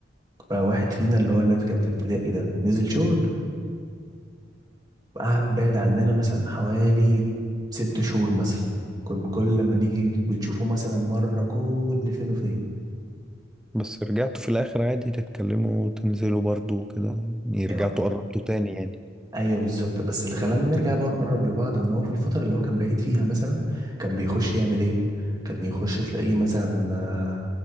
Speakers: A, on the right; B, in the centre.
A: بقى واحد فينا اللي هو اللي كان في ابتدائي ده نزل شغل قعد بعد عننا مثلا حوالي ست شهور مثلا كنا كل ما نيجي بتشوفه مثلا مرة كل فين وفين
B: بس رجعتوا في الآخر عادي تتكلموا وتنزلوا برضو وكده يعني رجعتوا
A: أيوة
B: قربتوا تاني يعني
A: أيوة بالظبط بس اللي خلانا نرجع بقى ونقرب لبعض إن هو في الفترة اللي هو كان بعيد فيها مثلا كان بيخش يعمل إيه؟ كان يخش تلاقيه مثلا آه،